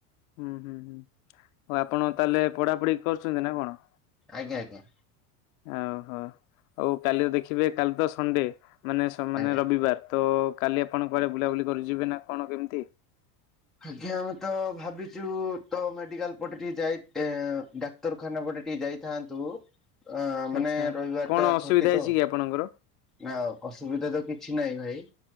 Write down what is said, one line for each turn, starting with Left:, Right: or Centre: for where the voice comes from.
Left: ହୁଁ ହୁଁ ହୁଁ ଆଉ ଆପଣ ତାହେଲେ ପଢାପଢି କରୁଛନ୍ତି ନା କଣ?
Centre: ଆଜ୍ଞା ଆଜ୍ଞା।
Left: ଓହୋ ଆଉ କାଲି ଦେଖିବେ କାଲି ତ ସଣ୍ଡେ। ମାନେ ମାନେ
Centre: ଆଜ୍ଞା
Left: ରବିବାର ତ କାଲି ଆପଣ କୁଆଡେ ବୁଲାବୁଲି କରିଯିବେ ନା କଣ କେମିତି
Centre: ଆଜ୍ଞା ଆମେ ତ ଭାବିଛୁ ତ ମେଡିକାଲ ପଟେ ଟିକେ ଯାଇ ଡ଼ା ଡାକ୍ତର ଖାନା ପଟେ ଟିକେ ଯାଇଥାନ୍ତୁ ଅ
Left: ଆଚ୍ଛା
Centre: ମାନେ ରବିବାର
Left: କଣ
Centre: ଟା
Left: ଅସୁବିଧା
Centre: ଛୁଟି
Left: ହେଇଛି
Centre: ତ।
Left: କି ଆପଣଙ୍କର?
Centre: ନା ଅସୁବିଧା ତ କିଛି ନାଇଁ ଭାଇ